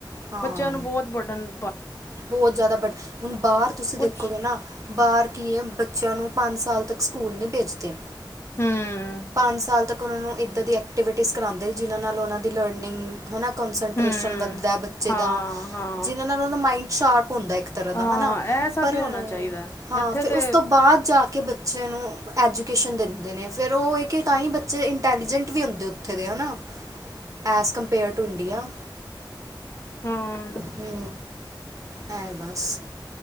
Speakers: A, on the right; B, on the left.
A: ਹਾਂ
B: ਬੱਚਿਆਂ ਨੂੰ ਬਹੁਤ ਬੜਣ
A: ਬਹੁਤ ਜ਼ਿਆਦਾ ਬੜਣ ਹੁਣ ਬਾਹਰ ਤੁਸੀਂ
B: ਕੁਛ
A: ਦੇਖੋਗੇ ਨਾ ਬਾਹਰ ਕੀਏ ਬੱਚਿਆਂ ਨੂੰ ਪੰਜ ਸਾਲ ਤੱਕ ਸਕੂਲ ਨਹੀਂ ਭੇਜਦੇ।
B: ਹਮ
A: ਪੰਜ ਸਾਲ ਤੱਕ ਉਹਨਾਂ ਨੂੰ ਇੱਦਾਂ ਦੀ ਐਕਟੀਵਿਟੀਜ਼ ਕਰਾਉਂਦੇ ਜਿਨ੍ਹਾਂ ਨਾਲ ਉਹਨਾਂ ਦੀ ਲਰਨਿੰਗ ਹਨਾ ਕੋਂਸਟੇਸ਼ਨ
B: ਹਮ
A: ਵੱਧਦਾ ਬੱਚੇ
B: ਹਾਂ
A: ਦਾ
B: ਹਾਂ
A: ਜਿਹਨਾਂ ਨਾਲ ਉਹਦਾ ਮਾਇੰਡ ਸ਼ਾਰਪ ਹੁੰਦਾ ਇੱਕ ਤਰ੍ਹਾਂ ਦਾ
B: ਹਾਂ
A: ਹਨਾ
B: ਇਹ ਸਭ
A: ਪਰ
B: ਹੀ ਹੋਣਾ ਚਾਹੀਦਾ ਹੈ।
A: ਹਾਂ
B: ਇੱਥੇ
A: ਫਿਰ
B: ਤੇ
A: ਉਸ ਤੋਂ ਬਾਅਦ ਜਾ ਕੇ ਬੱਚਿਆਂ ਨੂੰ ਐਜੂਕੇਸ਼ਨ ਦਿੰਦੇ ਨੇ ਫਿਰ ਉਹ ਹੈ ਕਿ ਤਾਂ ਹੀ ਬੱਚਾ ਇੰਟੈਲੀਜੈਂਟ ਵੀ ਹੁੰਦੇ ਉੱਥੇ ਦੇ ਹੈ ਨਾ ਐਜ਼ ਕੰਪੇਅਰ ਟੂ ਇੰਡੀਆ।
B: ਹੂੰ
A: ਹੂੰ ਹੈ ਬਸ।